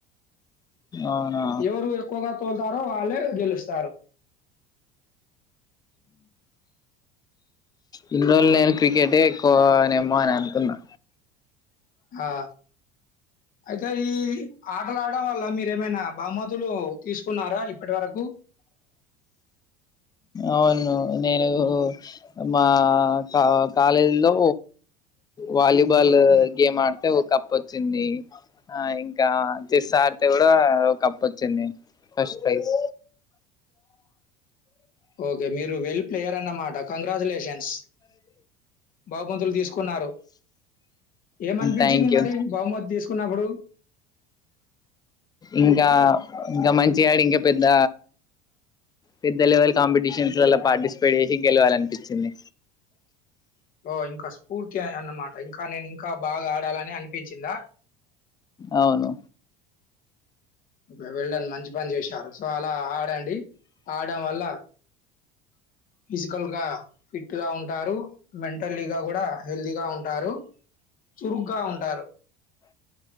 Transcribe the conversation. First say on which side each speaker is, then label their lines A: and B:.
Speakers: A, on the left; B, on the left.
A: అవునా
B: ఎవరు ఎక్కువగా తోల్తారో వాళ్ళే గెలుస్తారు
A: ఇన్ని రోజులు నేను క్రికెటే ఎక్కువ నెమ్మ అని అనుకున్నా
B: ఆ అయితే ఈ ఆటలాడడం వల్ల మీరేమైనా బహుమతులు తీసుకున్నారా ఇప్పటివరకు
A: అవును నేను మా తాత కాలేజీలో వాలిబాల్ గేమ్ ఆ ఆడీతే ఒక కప్పు వచ్చింది ఆ ఇంకా చెస్ ఆడితే కూడా ఒక కప్పు వచ్చింది ఫస్ట్ ప్రైజ్
B: ఓకే మీర్ వెల్ ప్లేయర్ అన్నమాట కంగ్రాచ్యులేషన్స్ బహుమతులు తీసుకున్నారు. ఏమనిపించింది
A: థ్యాంక్ యూ
B: మరి బహుమత్ తీసుకున్నప్పుడు
A: ఇంకా ఇంకా మంచిగాడి ఇంకా పెద్ద పెద్ద లెవెల్ కాంపిటీషన్స్ లో పార్టిసిపేట్ చేసి గెలవాలనిపించింది.
B: ఓ ఇంకా స్ఫూర్తి అన్నమాట ఇంకా నేను ఇంకా బాగా ఆడి కాలనే అనిపించిందా
A: అవును
B: ఒకే వెల్లడౌన్ మంచి పని చేసారు. సో అలా ఆడండి. ఆడం వల్ల, ఫిజికల్ గా ఫిట్ గా ఉంటారు మెంటల్లీగా కూడా హెల్తీగా ఉంటారు. చురుగ్గా ఉంటారు.